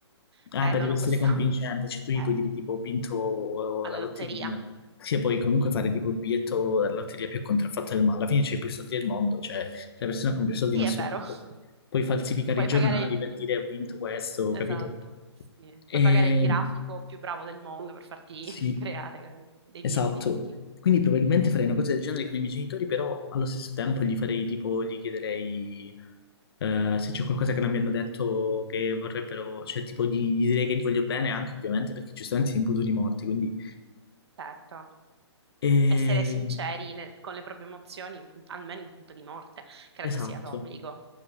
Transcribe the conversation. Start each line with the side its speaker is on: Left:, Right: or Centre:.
Left: Eh,
Right: vedono
Left: beh, devi essere
Right: questo
Left: convincente,
Right: <laughs>
Left: cioè tu gli
Right: eh,
Left: puoi dire tipo ho vinto
Right: alla
Left: eh, la lotteria,
Right: lotteria?
Left: se puoi comunque
Right: Mm.
Left: fare tipo il biglietto della lotteria più contraffatta del mondo, alla fine c'è più soldi del mondo, cioè se la persona con più soldi
Right: Sì,
Left: in assoluto
Right: è vero.
Left: puoi,
Right: <laughs>
Left: puoi falsificare
Right: Puoi
Left: i giornali
Right: pagare il...
Left: per
Right: il-
Left: dire ho vinto questo,
Right: Esatto.
Left: capito?
Right: sì. Puoi
Left: E...
Right: pagare il grafico più bravo del mondo per farti
Left: Sì,
Right: <laughs> creare dei
Left: esatto.
Right: biglietti finti.
Left: Quindi probabilmente farei una cosa del genere con i miei genitori, però allo stesso tempo gli farei tipo, gli chiederei eh, se c'è qualcosa che non mi hanno detto che vorrebbero, cioè tipo gli, gli direi che gli voglio bene anche ovviamente perché giustamente sono imputati morti, quindi...
Right: Certo.
Left: E-
Right: Essere sinceri ne- con le proprie emozioni, in pun- almeno in punto di morte, credo
Left: Esatto.
Right: sia d'obbligo.